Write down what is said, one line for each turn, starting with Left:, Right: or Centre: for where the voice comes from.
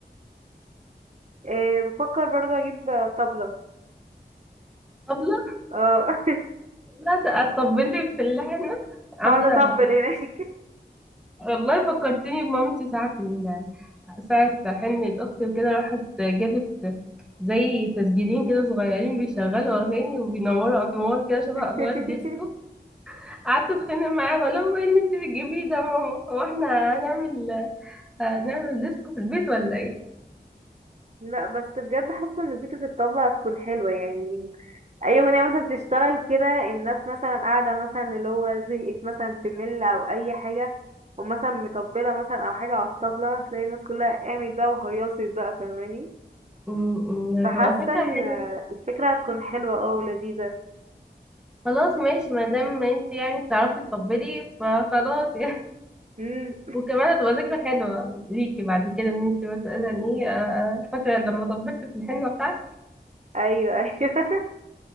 Right: إيه بفكر برضه اجيب طبلة
Centre: طبلة
Right: اه
Centre: لا ت- تطبلي في اللحنة
Right: <laughs>
Centre: عاملة
Right: هقعد اطبل هناك
Centre: والله فكرتيني بمامتي ساعة ال... ساعة حنة أختي وكده راحت جابت زي تسجيلين كده صغيرين بيشغلوا أغاني وبينوروا أنوار كده شبه
Right: <laughs>
Centre: أنوار ديسكو قعدت أتخانق معاها بقول لها ماما ايه اللي انت بتجيبيه ده يا ماما هو احنا هنعمل هنعمل ديسكو في البيت ولا ايه
Right: لا بس بجد حاسه ان فكره الطبلة هتكون حلوه يعني اي اغنيه مثلا تشتغل كده الناس مثلا قاعده مثلا اللي هو زهقت مثلا تمل او اي حاجه ومثلا مطبله مثلا او حاجه على الطبله تلاقي الناس كلها قامت بقى وهيصت بقى فاهماني
Centre: م- م،
Right: فحاسه
Centre: هتبقى فكرة
Right: ال-
Centre: حلوة
Right: الفكره هتكون حلوه اه ولذيذه
Centre: خلاص ماشي ما دام انت يعني بتعرفي تطبلي فخلاص يعني
Right: امم
Centre: <laughs> وكمان هتبقى ذكرى حلوة ليكي بعد كده ان انت مثلا ايه آه، آه، فاكرة لما طبلت في الحنة بتاعتك
Right: <laughs> ايوه ايوه <laughs>